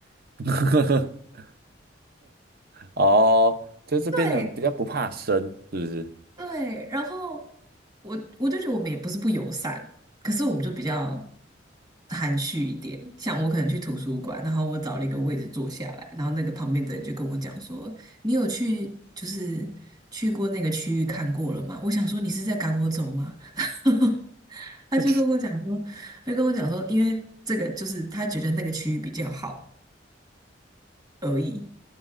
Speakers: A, on the right; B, on the right.
A: <laughs>，哦，就这边人比较不怕生，
B: 对，
A: 是不是？
B: 对，然后我我就觉得我们也不是不友善，可是我们就比较含蓄一点。像我可能去图书馆，然后我找了一个位置坐下来，然后那个旁边的人就跟我讲说：“你有去就是去过那个区域看过了吗？”我想说你是在赶我走吗？<laughs> 他就跟我讲说，
A: 那去
B: 他就跟我讲说，因为这个就是他觉得那个区域比较好而已，